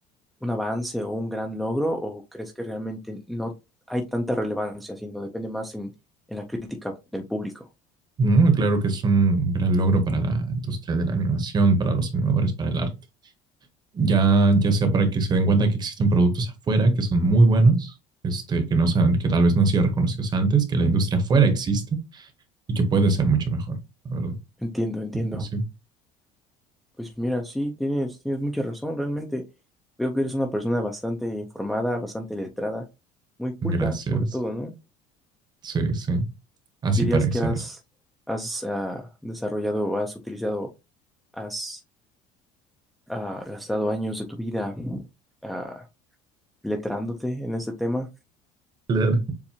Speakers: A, in the centre; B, on the right.
A: un avance o un gran logro o crees que realmente no hay tanta relevancia, sino depende más en, en la crítica del público?
B: ¿no? Claro que es un gran logro para la industria de la animación, para los animadores, para el arte. Ya, ya sea para que se den cuenta que existen productos afuera que son muy buenos, este, que, no sean, que tal vez no han sido reconocidos antes, que la industria afuera existe y que puede ser mucho mejor. La verdad.
A: Entiendo, entiendo.
B: Pues sí.
A: Pues mira, sí, tienes, tienes mucha razón, realmente veo que eres una persona bastante informada, bastante letrada, muy culta
B: Gracias.
A: sobre todo, ¿no?
B: Sí, sí. Así
A: ¿Dirías
B: parece,
A: que has,
B: a ver.
A: has ah, desarrollado, has utilizado, has ah, gastado años de tu vida ah, letrándote en este tema?
B: Claro.